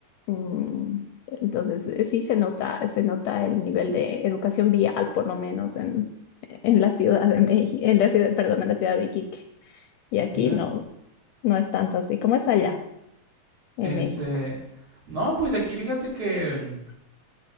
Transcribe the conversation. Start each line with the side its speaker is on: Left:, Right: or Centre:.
Left: mm, entonces, eh, sí se nota, se nota el nivel de educación vial, por lo menos en, en la Ciudad de México, en la ciudad, perdón, en la ciudad de Iquique. Y aquí
Right: Mira,
Left: no, no es tanto así como es allá en
Right: este...
Left: México.
Right: No, pues aquí fíjate que